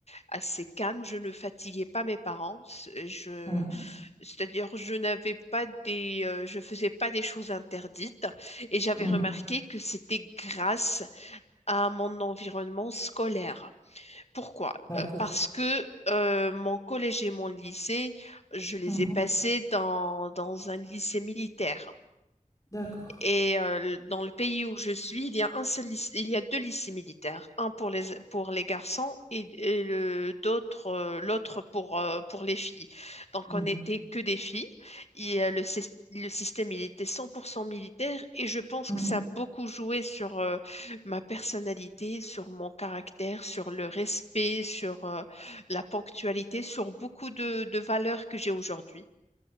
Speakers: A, on the left (about 50°); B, on the left (about 25°).
A: assez calme. Je ne fatiguais pas mes parents. Je
B: mhm,
A: c'est-à-dire, je n'avais pas des, euh, je faisais pas des choses interdites et j'avais
B: mhm.
A: remarqué que c'était grâce à mon environnement scolaire. Pourquoi?
B: D'accord.
A: Euh, Parce que euh, mon collège et mon lycée, je les
B: Mhm,
A: ai passés dans, dans un lycée militaire.
B: D'accord.
A: Et euh, dans le pays où je suis, il y a un seul lyc- il y a deux lycées militaires, un pour les pour les garçons et, et le d'autre euh, l'autre pour euh, pour les filles. Donc
B: Mhm,
A: on n'était que des filles. Et euh, le sys- le système il était 100% militaire et je pense
B: mhm.
A: que ça a beaucoup joué sur euh, ma personnalité, sur mon caractère, sur le respect, sur euh, la ponctualité, sur beaucoup de de valeurs que j'ai aujourd'hui.